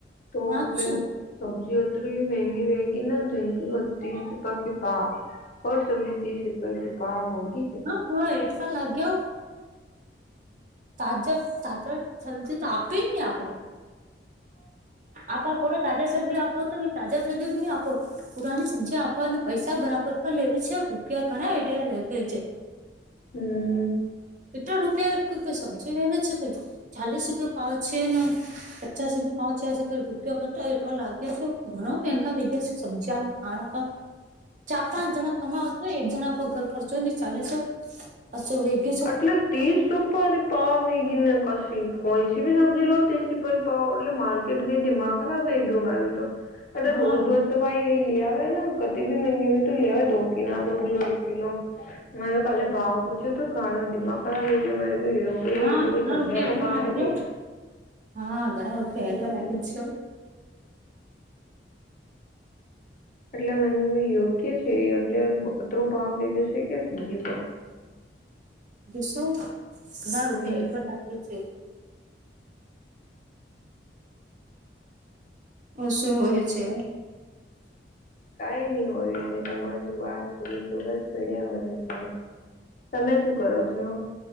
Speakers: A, on the left; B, on the right.
A: તો
B: હા
A: એટલે
B: શું
A: સબ્જી ઓ થડી મગી વેગી ને જેંકી ત્રીસ રૂપકી પાાવ હોર સુોી ત્રીસ રૂપિયા ક પાાવ હોગી છે
B: હ એઠ પણ લાગ ગ હો તાજ તાજ થલજ તો આપે ને આપણે આપપો તાજા શરદી આપો તોી તાજા શરદી નહી આપો પુરાની સબ્જી આપવાને પૈસા બરાબર ક લેવી છે રૂપિયા ઘણા એડિયા લેખે છે
A: હમ
B: એટલા રૂપિયા સમજી આવે છે ભ ચાલીસ રૂપિયા પાાવ છે ને પચાસ રૂપિયા પાાવ છેશે ક રૂપિયા કટો એટવા લાગે છે ઘણાો મંગા વગ્યા છે સબ્જ ખાણ
A: હ
B: ચાર પાંચ જણા કમાવ છ એક જણા કોઈ ઘર ખર્ચો નહી ચાલેસો અશો ભ
A: એટલે ત્રીસ રૂપર પાવ ગીને કશી કોઈ સી ભી સબ્જી લો તી એટલે માર્કેટ ગઈ દીમા ખરાબ એક ગમા્યો તો એટલે
B: હા
A: રોજ
B: ઘણા
A: રોજ ભાઈ એ લયાવે કતિી મંંગી હો તો લ્યાવે તો કના દો કિલો એક કિલો મે કાલે ભાવ પૂછ્યો તો ઘર નો દિમાગ ખ
B: હા ઘણા
A: એ સમજ્યા
B: રૂપિયા
A: કો
B: એટવા
A: ભ
B: લાગ્યા
A: ગઈ
B: હા ઘણા રૂખિયા
A: હમ
B: હઠવા લાગ્યા જ છે
A: એટલે મને જોડું યોગ્ય છે એટલે અતરો ભાવ વેગયો છે કે સબ્જી પર
B: સો ઘણા રૂપિયા
A: હમ
B: એટલા લાગે છે ઓ શુ હોયય છે
A: કઈ નઈ હોય છે તમાર શું વાત કરું સુબ જ પડ્યા હો છે તમે શું કરો છો